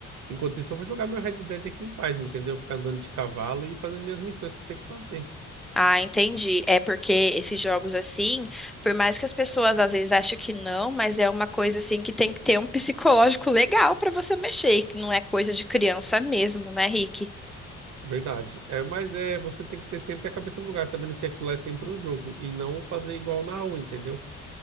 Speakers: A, on the right; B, in the centre.
A: Enquanto isso, eu vou jogar meu Red Dead aqui em paz, entendeu? Ficar andando de cavalo e fazendo minhas missões que eu tenho que fazer.
B: Ah, entendi. É porque esses jogos assim, por mais que as pessoas às vezes achem que não, mas é uma coisa assim que tem que ter um <laughs> psicológico legal pra você mexer, que não é coisa de criança mesmo, né, Rick?
A: Verdade. É, mas é, você tem que ter sempre a cabeça no lugar, sabendo que aquilo lá é sempre um jogo e não fazer igual na rua, entendeu?